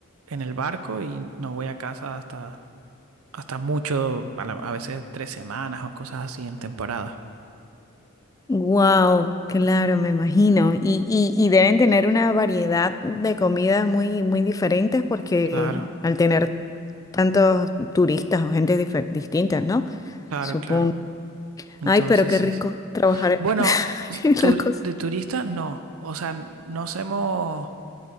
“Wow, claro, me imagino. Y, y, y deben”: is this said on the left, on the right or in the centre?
Left